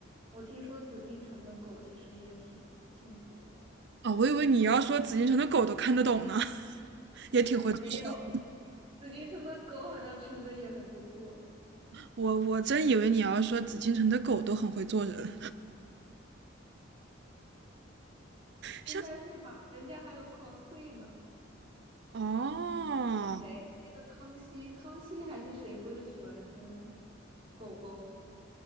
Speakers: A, on the right; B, on the right.
A: 我听说紫禁城的狗其实也挺幸福的，
B: 哦，我以为你要说紫禁城的狗都看得懂呢，<laughs> 也挺会做人
A: 也没有，紫禁城的狗好像吃的也很不错，
B: 我我真以为你要说紫禁城的狗都很会做人，
A: 应该是吧？
B: 像
A: 人家还有 cosplay 呢。
B: <laughs> 哦，
A: 那谁，那个康熙，康熙还是谁，不是喜欢跟狗狗